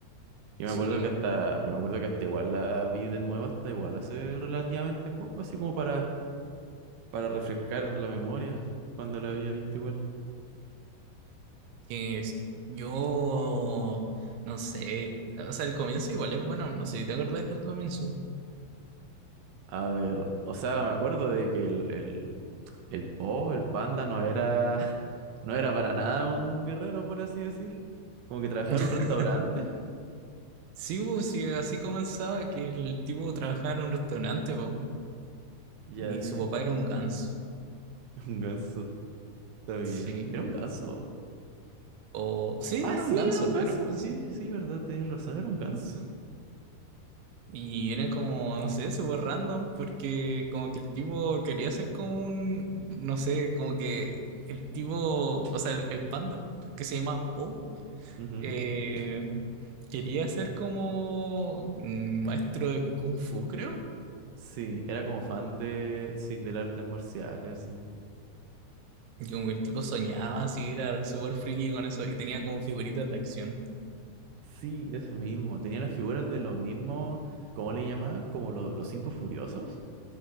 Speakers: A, on the right (about 70°); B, on the right (about 85°).
A: Yo
B: Sí,
A: me acuerdo que hasta, yo me acuerdo que hasta igual la vi de nuevo, hasta igual hace relativamente poco, así como para, para refrescar la memoria cuando la había visto igual.
B: que es- yo no sé. O sea, el comienzo igual es bueno. No sé si te acordáis del comienzo.
A: A ver, o sea, me acuerdo de que el, el, el Po, el panda, no era, <laughs> no era para nada un guerrero, por así decir. Como que trabajaba
B: <laughs>
A: en un restaurante.
B: Sí, pues, sí, así comenzaba que el tipo trabajaba en un restaurante, po,
A: Ya,
B: y
A: sí,
B: su papá era un ganso.
A: <laughs> un ganso, está bien.
B: Sí.
A: Era un ganso.
B: O sí,
A: Ah,
B: era
A: sí,
B: un ganso,
A: era un ganso.
B: era un ganso.
A: Sí, sí, verdad, tenéis razón, era un ganso.
B: Y eran como, no sé, súper random, porque como que el tipo quería ser como un, no sé, como que el tipo, o sea, el, el panda, que se llama Po,
A: <laughs> Ujú.
B: eh, quería ser como un maestro de Kung Fu, creo.
A: Sí, era como fan de, sí, del arte marcial, así.
B: Y como que el tipo soñaba así, era súper friki con eso, y tenía como figuritas de acción.
A: Sí, eso mismo. Tenía las figuras de los mismos, ¿cómo le llamaban? Como lo- los cinco furiosos,